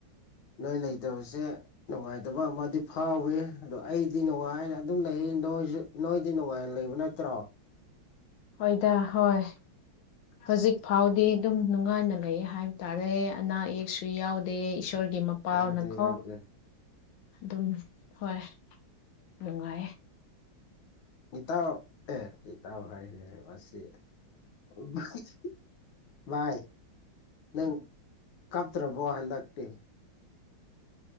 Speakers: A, on the left (about 85°); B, on the left (about 70°).
A: ꯅꯣꯏ ꯂꯩꯇꯕꯁꯦ ꯅꯨꯡꯉꯥꯏꯇꯕ ꯑꯃꯗꯤ ꯐꯥꯎꯋꯤ ꯑꯗꯣ ꯑꯩꯗꯤ ꯅꯨꯡꯉꯥꯏꯅ ꯑꯗꯨꯝ ꯂꯩ ꯅꯣꯏꯖꯨ ꯅꯣꯏꯗꯤ ꯅꯨꯡꯉꯥꯏꯟ ꯂꯩꯕ ꯅꯠꯇ꯭ꯔꯣ
B: ꯍꯣꯏꯗ ꯍꯣꯏ ꯍꯧꯖꯤꯛ ꯐꯥꯎꯗꯤ ꯑꯗꯨꯝ ꯅꯨꯡꯉꯥꯏꯅ ꯂꯩꯌꯦ ꯍꯥꯏꯕ ꯇꯥꯔꯦ ꯑꯅꯥ ꯑꯌꯦꯛꯁꯨ ꯌꯥꯎꯗꯦ ꯏꯁꯣꯔꯒꯤ ꯃ ꯄꯥꯜꯅꯀꯣ
A: ꯌꯥꯗꯦ ꯌꯥꯗꯦ
B: ꯑꯗꯨꯝ ꯍꯣꯏ ꯅꯨꯡꯉꯥꯏꯌꯦ
A: ꯏꯇꯥꯎ ꯑꯦ ꯏꯇꯥꯎ ꯍꯥꯏꯔꯦ ꯃꯁꯤ <unintelligible> ꯚꯥꯏ ꯅꯪ ꯀꯞꯇ꯭ꯔꯕꯣ ꯍꯟꯗꯛꯇꯤ